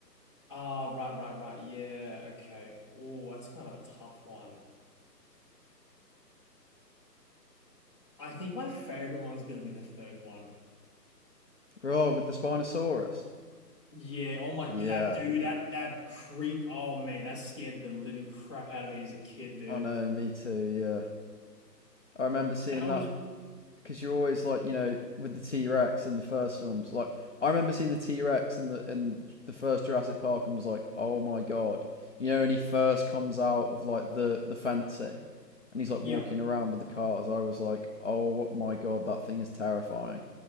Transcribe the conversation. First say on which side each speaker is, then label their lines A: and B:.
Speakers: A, on the left; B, on the left.
A: Ah, right, right, right. Yeah, okay. Oh, that's kind of a tough one. I think my favorite one's going to be the third one.
B: Oh, with the Spinosaurus.
A: Yeah, oh my,
B: Yeah,
A: that dude, that that creep. Oh man, that scared the living crap out of me as a kid, dude.
B: I know, me too. Yeah, I remember seeing
A: That
B: that
A: was.
B: because you're always like you know with the T Rex in the first films. Like I remember seeing the T Rex in the in the first Jurassic Park and was like, oh my god, you know, when he first comes out of like the the fencing and he's like
A: Yeah,
B: walking around with the cars. I was like, oh my god, that thing is terrifying.